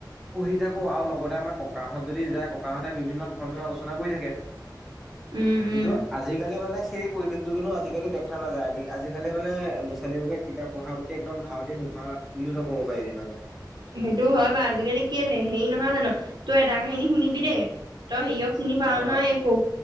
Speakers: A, in the centre; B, on the right (about 70°).
A: পহি থাকোঁ আৰু লগতে আমাৰ ককাহঁত যদি যায় ককাহঁতে বিভিন্ন ধৰ্মীয় আলোচনা কৰি থাকে
B: উম
A: কিন্তু
B: উম
A: আজিকালি মানে সেই পৰিৱেশতটো কিন্তু আজিকালি দেখা নাযায়, আজিকালি মানে ল'ৰা ছোৱালীক বোৰকে কিতাপ পঢ়াৰ প্ৰতি একদম ধাউতি নোহোৱা বুলি তই ক'ব পাৰিবি মানে
B: সেইটো হয় বাাৰ, আজিকালি কেলে হেৰি নহয় জানো তই এটা কাহিনী শুনিবি দেই, তই সেয়ক চিনি পাও
A: অ
B: নহয়, এই ক